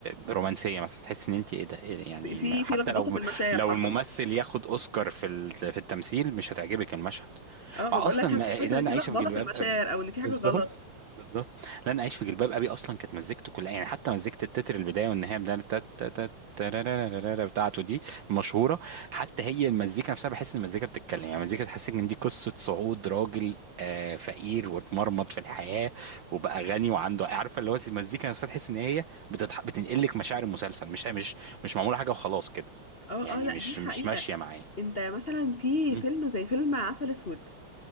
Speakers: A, on the right; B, on the left.
A: ب- رومانسيه مثلا تحس ان انت ايه ده إيه ده؟ يعني
B: في
A: حتى
B: في لخبطه
A: لو
B: في المشاعر
A: لو
B: حصلت
A: الممثل ياخد اوسكار في ال... في التمثيل مش هتعجبك المشهد
B: اه ما
A: واصلا
B: بقول لك هتحس
A: ما... اللي
B: ان
A: انا
B: في
A: عايشه
B: لخبطه
A: في جلباب
B: في المشاعر
A: ابي
B: او ان في حاجه
A: بالظبط
B: غلط
A: بالظبط لن اعيش في جلباب ابي اصلا كانت مزيكته كلها يعني حتى مزيكه التتر البدايه والنهايه بتاع تا- تا- تا- تارارارارارا بتاعته دي المشهوره حتى هي المزيكا نفسها بحس ان المزيكا بتتكلم يعني المزيكا تحسسك ان دي قصه صعود راجل آه، فقير واتمرمط في الحياه وبقى غني وعنده عارفه اللي هو المزيكا نفسها تحس ان هي بتضح... بتنقلك مشاعر المسلسل مش مش مش معموله حاجه وخلاص كده
B: اه
A: يعني
B: اه لا
A: مش
B: دي حقيقه
A: مش ماشيه معايا
B: انت مثلا في
A: مم.
B: فيلم زي فيلم عسل اسود